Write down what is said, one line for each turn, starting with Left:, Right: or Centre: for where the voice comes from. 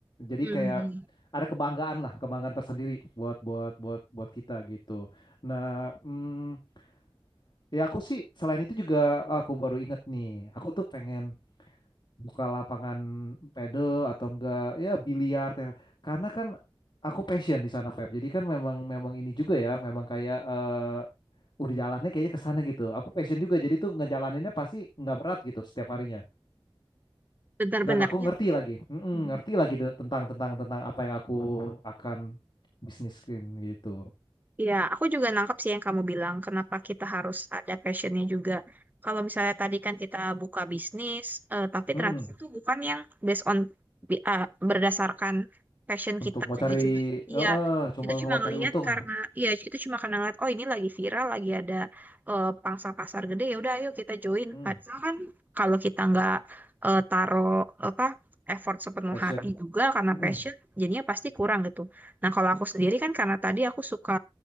Left: Jadi
Right: Hmm.
Left: kayak ada kebanggaan lah, kebanggaan tersendiri buat buat buat buat kita gitu. Nah, mm, ya aku sih selain itu juga aku baru inget nih, aku tuh pengen buka lapangan pedal atau enggak ya biliar tem- karena kan aku passion di sana Feb jadi kan memang memang ini juga ya memang kayak eh udah jalannya kayaknya ke sana gitu aku passion juga jadi tuh ngejalaninnya pasti nggak berat gitu setiap harinya
Right: Benar-benar
Left: dan aku
Right: ya.
Left: ngerti lagi Mm-mm,
Right: Mhm.
Left: ngerti lagi de- tentang tentang tentang apa yang aku akan bisniskin gitu
Right: Iya, aku juga nangkap sih yang kamu bilang, kenapa kita harus ada passionnya juga. Kalau misalnya tadi kan kita buka bisnis, eh, tapi
Left: Mm-mm.
Right: ternyata itu bukan yang based on bi- ah, berdasarkan passion
Left: untuk
Right: kita.
Left: mau
Right: Kayak
Left: cari
Right: cuma, iya,
Left: eh eh, cuma
Right: kita cuma
Left: mau
Right: ngelihat
Left: cari untung
Right: karena, iya itu cuma karena ngeliat, oh ini lagi viral, lagi ada eh, pangsa pasar gede, ya udah ayo kita join.
Left: Mm,
Right: Padahal kan kalau kita nggak eh, taruh apa effort sepenuh
Left: passion
Right: hati juga karena
Left: Mm-mm.
Right: passion, jadinya pasti kurang gitu. Nah, kalau aku sendiri kan karena tadi aku suka